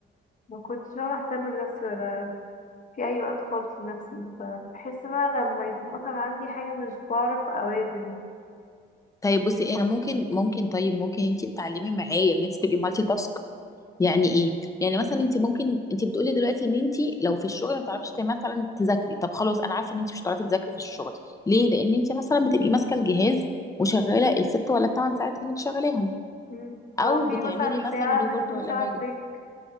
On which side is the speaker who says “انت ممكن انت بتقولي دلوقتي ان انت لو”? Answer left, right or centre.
Left